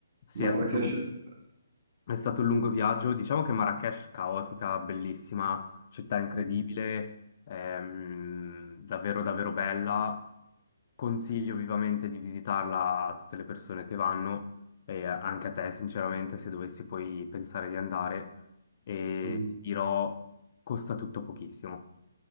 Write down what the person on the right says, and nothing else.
Marrakesh
Express.
Mm.
Mm.